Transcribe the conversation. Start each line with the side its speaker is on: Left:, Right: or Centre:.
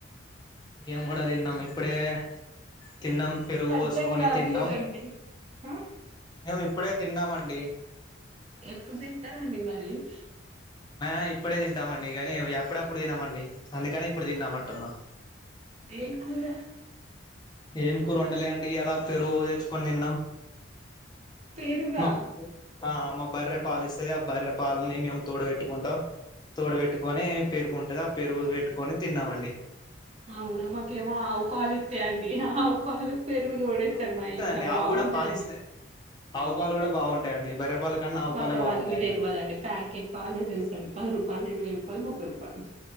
Left: మేము కూడా తిన్నాము ఇప్పుడే, తిన్నాం పెరుగు
Right: అర్ధం
Left: పోసుకొని
Right: కావట్లేదండి
Left: తిన్నాం
Right: ఆ
Left: మీముపు ఇప్పుడే తిన్నామండి
Right: ఎప్పుడు తింటారండి <unintelligible>
Left: ఆ ఇప్పుడే తింటామండి, కానీ ఎప్పుడప్పుడు తినమండి అందుకనే ఇప్పుడు తిన్నామంటున్నాం
Right: ఎం కూర
Left: ఏం కూరు వండలే అండి అలా పెరుగు తెచ్చుకొని తిన్నాం.
Right: పేరుగా
Left: మా ఆ మా బర్రె పాలు ఇస్తుది ఆ బర్రె పాలని మేము తోడ పెట్టుకుంటాం, తోడ పెట్టుకొని పెరుగుంటుది. ఆ పెరుగు పెట్టుకొని తిన్నామండి.
Right: అవునా మాకేమో ఆవు పాలు ఇతయండి అండి ఆవు పాలు, పెరుగు తోడేస్తారు
Left: ఆవు కూడా
Right: మా
Left: ఇస్తదండి
Right: ఇంట్లో బాగుంటదండి
Left: ఆవు కూడా పాలిస్తది ఆవు పాలు కూడా బాగుంటాయండి బర్రె పాల కన్నా
Right: అని
Left: ఆవు
Right: మాకు
Left: పాలే
Right: అవన్నీ
Left: బాగుంటాయండి
Right: తెలివదండి ప్యాకెట్ పాలే తెలుసండి పది రూపాయలు ఇరవై రూపాయలు ముప్పై రూపాయలు ప